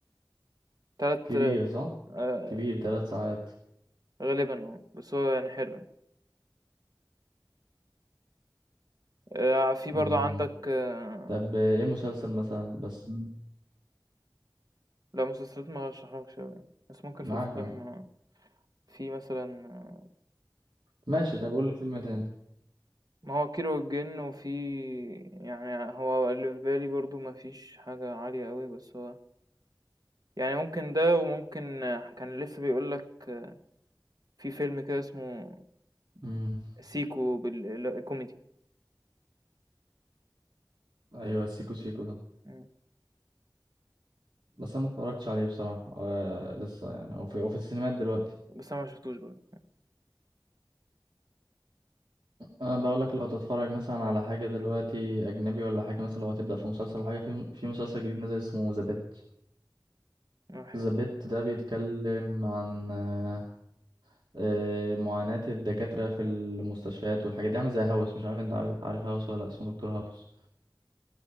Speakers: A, on the right; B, on the right.
A: 3
B: كبير صح
A: آآ
B: كبير تلات ساعات
A: غالبًا آه، بس هو يعني حلو يعني. آآ في برضه
B: امم
A: عندك آه،
B: طب ايه مسلسل مثلا بس
A: لأ مسلسلات ما هارشحهالكش أوي يعني، بس ممكن
B: معاك
A: في الأفلام
B: معاك
A: آه، في مثلًا آه،
B: ماشي طب قول لي فيلم تاني
A: ما هو كيرة والجن، وفي يعني هو اللي في بالي برضه ما فيش حاجة عالية أوي، بس هو يعني ممكن ده وممكن آه، كان لسه بيقول لك آه، في فيلم كده اسمه
B: امم
A: سيكو بال ال كوميدي
B: ايوه سيكو سيكو ده
A: إمم،
B: بس انا ما اتفرجتش عليه بصراحه آه لسه يعني وفي وفي السينمات دلوقتي
A: بس أنا ما شفتوش برضه.
B: انا بقول لك لو تتفرج مثلا على حاجه دلوقتي اجنبي ولا حاجه مثلا لو هتبدا في مسلسل ولا حاجه في في مسلسل جديد نزل اسمه ذا بيت
A: إمم،
B: ذا بيت ده بيتكلم عن آه، آه، معاناة الدكاترة في المستشفيات والحاجات دي عامل زي هاوس مش عارف انت عاوز- عارف هاوس ولا لأ، اسمه دكتور هاوس